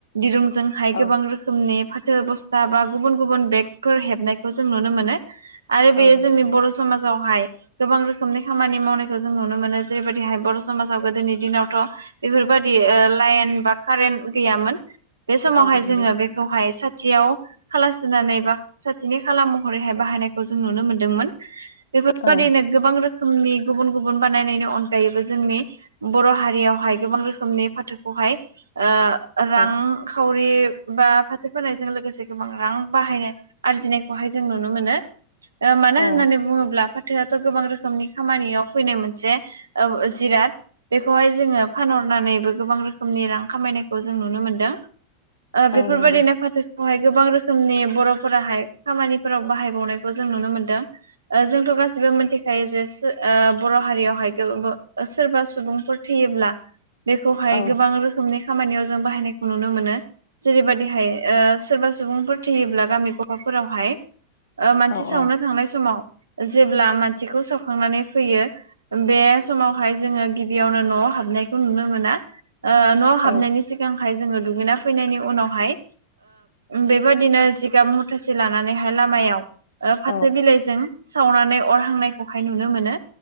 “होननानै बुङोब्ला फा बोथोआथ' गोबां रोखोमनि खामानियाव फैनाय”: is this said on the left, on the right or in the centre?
Right